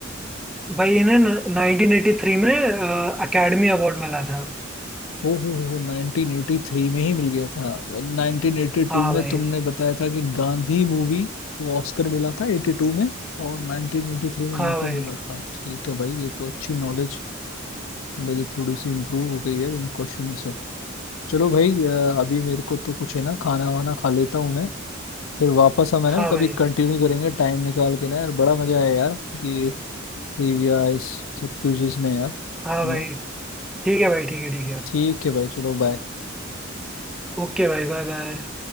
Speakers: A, in the centre; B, on the left.
A: भाई इन्हें नाइनटीन एटी थ्री में अकेडमी अवार्ड मिला था
B: ओ हो हो नाइनटीन एटी थ्री में ही मिल गया था नाइनटीन एटी
A: हाँ
B: टू में
A: भाई
B: तुमने बताया था कि गांधी मूवी को ऑस्कर मिला था एटी टू में और नाइनटीन एटी थ्री में
A: हाँ
B: इनको
A: भाई
B: मिला था ठीक है भाई ये तो अच्छी नॉलेज मेरी थोड़ी सी इम्प्रूव हो गई है इन क्वेश्चन चलो भाई अ, अभी मेरे को तो कुछ है ना खाना वाना खा लेता हूँ मैं फिर वापस हम है
A: हाँ
B: ना कभी
A: भाई
B: कंटिन्यू करेंगे टाइम निकाल के ना यार बड़ा मजा आया यार ये ट्रिविया इस सब क्विज़ेस में यार
A: हाँ
B: म-
A: भाई ठीक है भाई ठीक है ठीक है
B: ठीक है भाई चलो बाय
A: ओके भाई बाय बाय